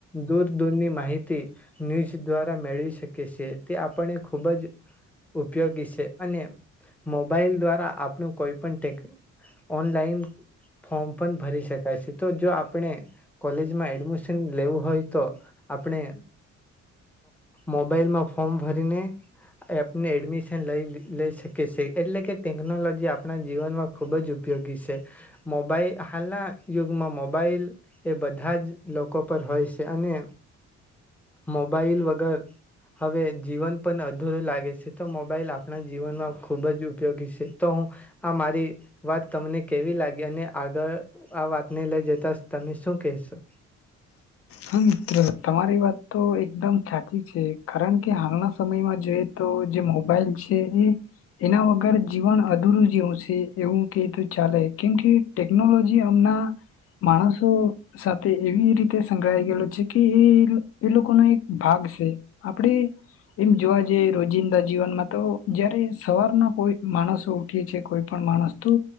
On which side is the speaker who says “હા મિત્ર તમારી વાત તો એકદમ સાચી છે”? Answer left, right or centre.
Left